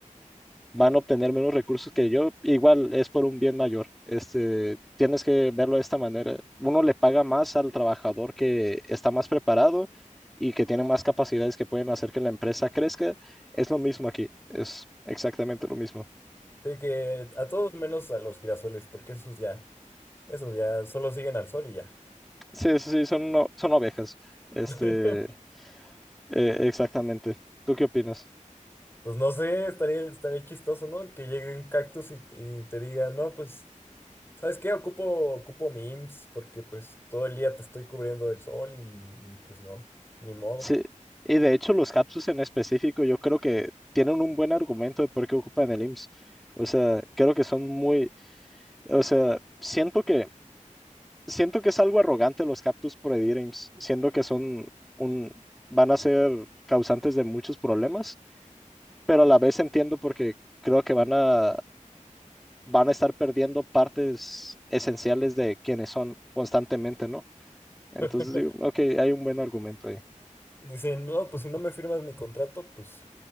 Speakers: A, in the centre; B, on the left (about 15°).
A: van a obtener menos recursos que yo. Igual es por un bien mayor. Este, tienes que verlo de esta manera. Uno le paga más al trabajador que está más preparado y que tiene más capacidades que pueden hacer que la empresa crezca. Es lo mismo aquí. Es exactamente lo mismo.
B: Sí, que a todos menos a los girasoles, porque esos ya, esos ya solo siguen al sol y ya.
A: Sí, sí, sí, son, o- son ovejas. Este,
B: <laughs>
A: eh, exactamente. ¿Tú qué opinas?
B: Pues no sé, estaría, estaría chistoso, ¿no? Que llegue un cactus y, y te diga, no, pues. ¿Sabes qué? Ocupo, ocupo mi IMSS porque pues todo el día te estoy cubriendo del sol y, y, pues no, ni modo.
A: Sí, y de hecho los Capsus en específico yo creo que tienen un buen argumento de por qué ocupan el IMSS. O sea, creo que son muy, o sea, siento que siento que es algo arrogante los Capsus prohibir IMSS, siendo que son un van a ser causantes de muchos problemas, pero a la vez entiendo porque creo que van a van a estar perdiendo partes esenciales de quienes son constantemente, ¿no? Entonces
B: <laughs>
A: digo, ok, hay un buen argumento ahí.
B: Dicen, no, pues si no me firmas mi contrato, pues